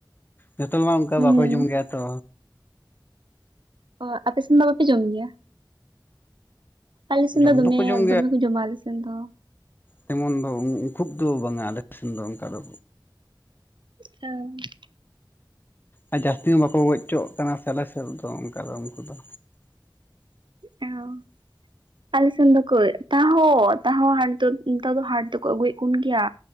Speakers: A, on the left (about 25°); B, on the right (about 80°).
A: ᱡᱚᱛᱚ ᱦᱚᱲ ᱢᱟ ᱚᱱᱠᱟ
B: ᱦᱩᱸ
A: ᱵᱟᱠᱚ ᱡᱚᱢ ᱜᱮᱭᱟ ᱛᱚ
B: ᱚ ᱟᱯᱮ ᱥᱮᱱ ᱫᱚ ᱵᱟᱯᱮ ᱡᱚᱢ ᱜᱮᱭᱟ? ᱟᱞᱮ ᱥᱮᱱ
A: ᱡᱚᱢ
B: ᱫᱚ ᱫᱚᱢᱮ
A: ᱫᱚᱠᱚ ᱡᱚᱢ
B: ᱫᱚᱢᱮ ᱠᱚ ᱡᱚᱢᱟ ᱟᱞᱮ ᱥᱮᱱ ᱫᱚ
A: ᱡᱮᱢᱚᱱ ᱫᱚ ᱠᱷᱩᱵ ᱫᱚ ᱵᱟᱝᱟ ᱟᱞᱮ ᱴᱷᱮᱱ ᱫᱚ ᱚᱱᱠᱟ ᱫᱚ
B: <unintelligible>
A: ᱟᱨ ᱡᱟᱹᱥᱛᱤ ᱦᱚᱸ ᱵᱟᱠᱚ ᱜᱚᱡ ᱚᱪᱚᱣᱟᱜ ᱠᱟᱱᱟ ᱥᱮ ᱟᱞᱮ ᱥᱮᱫ ᱫᱚ ᱚᱱᱠᱟ ᱫᱚ ᱩᱱᱠᱩ ᱫᱚ
B: ᱚ ᱟᱞᱮᱥᱱ ᱫᱚ ᱠᱟᱹᱡ ᱛᱟᱦᱚ ᱛᱟᱦᱚ ᱦᱟᱴ ᱫᱚ ᱱᱮᱛᱟᱨ ᱫᱚ ᱦᱟᱴ ᱫᱚᱠᱚ ᱟᱹᱜᱩᱭᱮᱫ ᱠᱚ ᱜᱮᱭᱟ